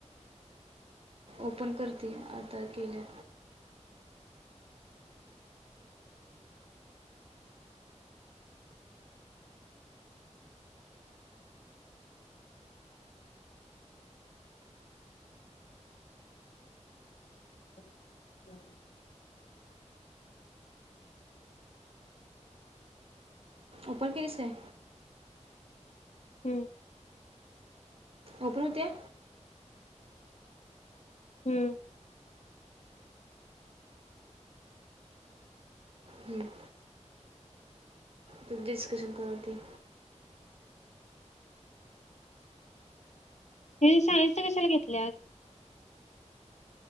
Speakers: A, on the right; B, on the left.
A: ओपन करतील आता केल्या.
B: <inaudible>
A: ओपन केलीस काय?
B: हम्म
A: ओपन हुत्या?
B: हम्म
A: हम्म ती डिस्कशन करुया की
B: हे शाळेच कशाला घेतल्यात --